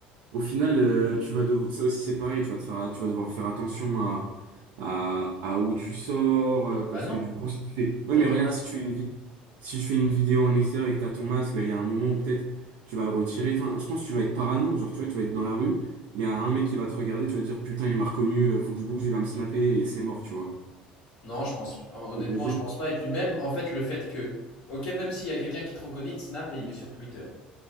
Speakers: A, on the right; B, on the left.
A: Au final, euh, tu vas dev- ça aussi c'est pareil, tu vas te faire, tu vas devoir faire attention à, à, à où tu sors, euh, parce
B: Bah non,
A: que du coup, si tu fais, ouais,
B: t'as
A: mais
B: ton
A: regarde,
B: masque.
A: si tu fais une vi- si je fais une vidéo en extérieur et que t'as ton masque, bah, il y a un moment où peut-être tu vas le retirer. Enfin, je pense que tu vas être parano, genre tu vois, tu vas être dans la rue, il y a un mec qui va te regarder, tu vas te dire putain, il m'a reconnu, euh, faut que je bouge, il va me snapper et c'est mort, tu vois.
B: Non, je pense, honnêtement,
A: Tu veux dire?
B: je pense pas. Et puis même, en fait, le fait que, ok, même s'il y a quelqu'un qui te reconnaît, il te snap et il met sur Twitter.